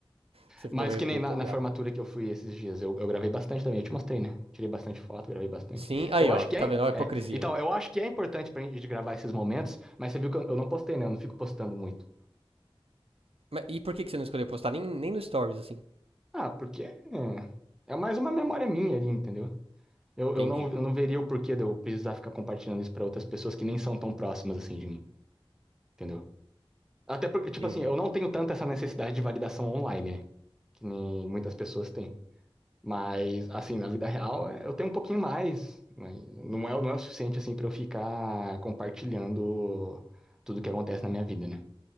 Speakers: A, on the right; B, in the centre.
A: você ficou
B: mas
A: bem
B: que
A: bem
B: nem na,
A: empolgado.
B: na formatura que eu fui esses dias, eu, eu gravei bastante também, eu te mostrei, né? Tirei bastante foto, gravei bastante.
A: Sim, aí
B: Eu acho
A: ó, tá
B: que é,
A: vendo? Ó a
B: é.
A: hipocrisia.
B: Então, eu acho que é importante pra gente gravar esses momentos, mas você viu que eu, eu não postei, né? Eu não fico postando muito.
A: Mas, e por que que você não escolheu postar nem, nem no Stories, assim?
B: Ah, porque é, é mais uma memória minha ali, entendeu? Eu,
A: Entendi,
B: eu não, eu não veria o porquê de eu precisar ficar compartilhando isso pra outras pessoas que nem são tão próximas assim de mim, entendeu? Até porque, tipo
A: entendi.
B: assim, eu não tenho tanto essa necessidade de validação online, né? Que nem muitas pessoas têm. Mas, assim, na vida real, é, eu tenho um pouquinho mais, mas não é, não é o suficiente, assim, pra eu ficar compartilhando tudo que acontece na minha vida, né?